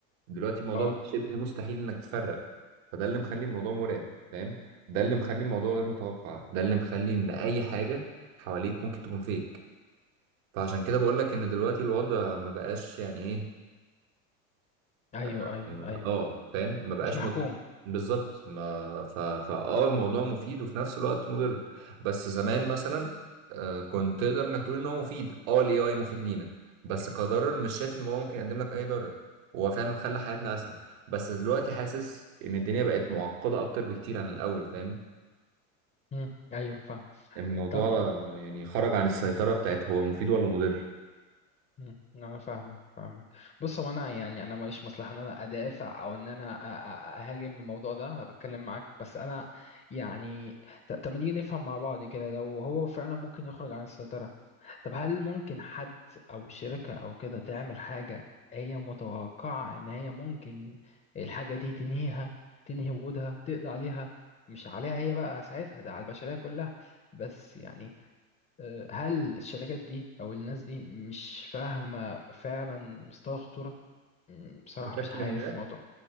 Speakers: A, on the right; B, on the left.
A: دلوقتي الموضوع
B: اه
A: بقى شبه مستحيل انك تفرق فده اللي مخلي الموضوع مرعب فاهم ده اللي مخلي الموضوع غير متوقع ده اللي مخلي ان اي حاجه حواليك ممكن تكون فيك فعشان كده بقول لك ان دلوقتي الوضع ما بقاش يعني ايه
B: ايوه
A: اه
B: ايوه ايوه
A: آه، فاهم ما بقاش
B: مش محكوم
A: مت... بالظبط ما ف... فاه الموضوع مفيد وفي نفس الوقت مضر بس زمان مثلا آه كنت تقدر انك تقول ان هو مفيد اه الاي اي مفيد لينا بس كضرر مش شايف ان هو ممكن يقدم لك اي ضرر هو فعلا خلى حياتنا اسهل بس دلوقتي حاسس ان الدنيا بقت معقدة اكتر بكتير عن الاول فاهم
B: مم. ايوه فاهم
A: الموضوع
B: طب
A: آه، يعني خرج عن السيطرة بتاعت هو مفيد ولا مضر
B: مم. انا فاهمك فاهمك بص هو انا يعني انا ماليش مصلحه ان انا ادافع او ان انا أ- أ- اهاجم الموضوع ده انا بتكلم معاك بس انا يعني ط- طب ما نيجي نفهم مع بعض كده لو هو فعلا ممكن يخرج عن السيطره طب هل ممكن حد او شركه او كده تعمل حاجه هي متوقعه ان هي ممكن الحاجه دي تنهيها تنهي وجودها تقضي عليها مش عليها هي بقى ساعتها ده على البشريه كلها بس يعني آه، هل الشركات دي او الناس دي مش فاهمة فعلا مستوى الخطورة مم، بصراحة
A: بشكل
B: مش عارف
A: ما
B: الموضوع